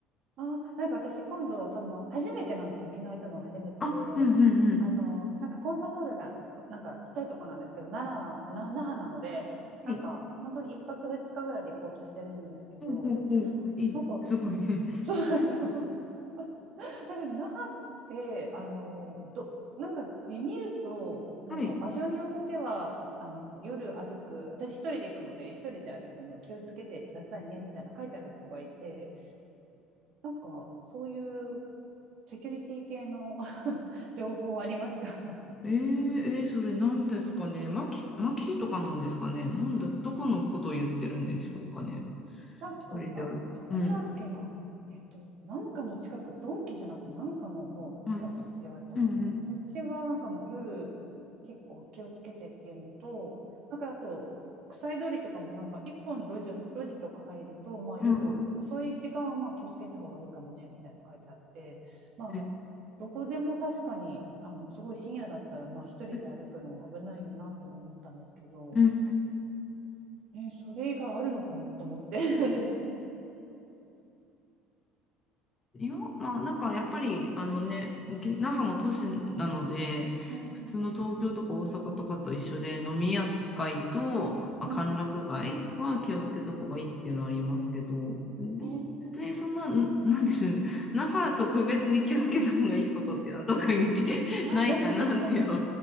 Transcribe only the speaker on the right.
あ、なんか私今度、その、初めてなんですよ。沖縄行くのは初めてで、
あの、なんかコンサートホールが、なんかちっちゃいとこなんですけど、奈良、な、那覇なので、
なんか本当に一泊二日ぐらいで行こうとしてるんですけど、
なんか、
<laughs> そうなんですよ。<laughs> だけど、那覇って、あの、ど、なんか見ると、なんか場所によっては、
あの夜歩く、私一人で行くので、一人で歩くの気をつけてくださいねみたいな書いてある人がいて、なんかそういうセキュリティ系の <laughs> 情報ありますか <laughs>
なんか、
あ、どこだっけな。
えっと、なんかの近く、ドンキじゃなくて、なんかの方近くって言われたんですよね。
なんかそっちはなんかもう夜結構気をつけてっていうのと、なんかあと、国際通りとかもなんか一本路地、路地とか入ると、まあ、
夜遅い時間はまあ気をつけた方がいいかもねみたいなの書いてあって、まあ、
どこでも確かにあのすごい深夜だったらまあ一人で歩くのは危ないよなとは思ったんですけど、
え、それがあるのかなと思って。<laughs>
うんうん
うんうんうん
<laughs>
えー、
ないですかね。